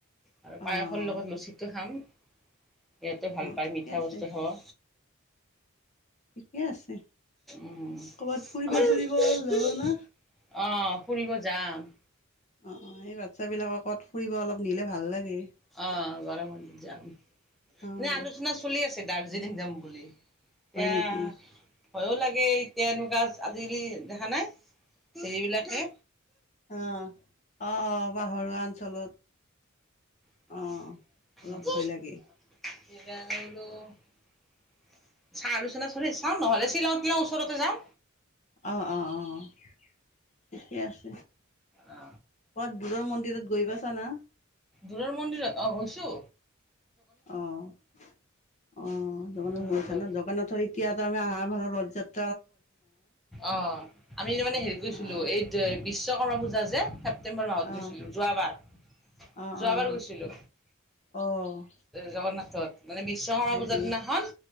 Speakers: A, in the centre; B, on the left (about 35°).
A: আৰু পায়সৰ
B: অঁ
A: লগত লুচিটো খাম। সিহঁতে ভাল
B: অঁ
A: পায়
B: ঠিকে
A: মিঠা
B: আছে
A: বস্তু খাব।
B: ঠিকে আছে
A: উম।
B: ক'ৰবাত ফুৰিব
A: আমাৰ-
B: চুৰিব যাব না
A: অঁহ ', ফুৰিব যাম।
B: অঁহ', - অঁহ', - এই বাচ্ছাবিলাক কত ফুৰিব অলপ নিলে ভাল লাগে।
A: অঁহ', গৰম বন্ধত যাম। নে
B: অঁ
A: আলোচনা চলি আছে দাৰ্জিলিং যাম বুলি?
B: হয়
A: এয়া-
B: নেকি
A: ভয়ো লাগে, এতিয়া এনেকুৱা আজিকালি দেখা নাই হেৰি বিলাকে
B: অ', - অ', - অ', - পাহৰুৱা অঞ্চলত।
A: এইৰাঙটো।
B: অঁ অলপ ভয় লাগে
A: চাওঁ আলোচনা চল চাম নহ'লে শ্বিলং তিলাং ওচৰতে যাম।
B: অঁহ', - অঁহ, - অঁহ', - অঁহ', -। ঠিকে আছে। ক'ত
A: অ
B: দূৰৰ মন্দিৰত গৈ পাছা না?
A: দুৰৰ মন্দিৰত অঁ গৈছোঁ।
B: অহ', - অহ', - জগন্নাথৰ
A: অ জগ
B: ন, জগন্নাথৰ এতিয়া- তাৰে আহাৰ মানৰ ৰজাত
A: অহ', আমি মানে হেৰিত গৈছিলো
B: অ',
A: এই- বিশ্বকৰ্মা পূজা যে ছেপ্টেম্বৰ মাহত
B: অ',
A: গৈছিলো যোৱাবাৰ।
B: অ',
A: যোৱাবাৰ গৈছিলো।
B: অ',
A: জগন্নাথত, মানে বিশ্বকৰ্মা
B: হয়
A: পূজাৰ
B: নেকি?
A: দিনাখন